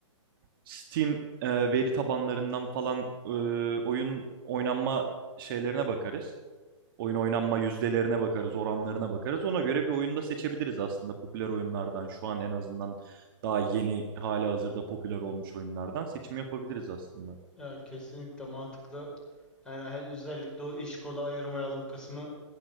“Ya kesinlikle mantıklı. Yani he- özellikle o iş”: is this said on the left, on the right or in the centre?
Centre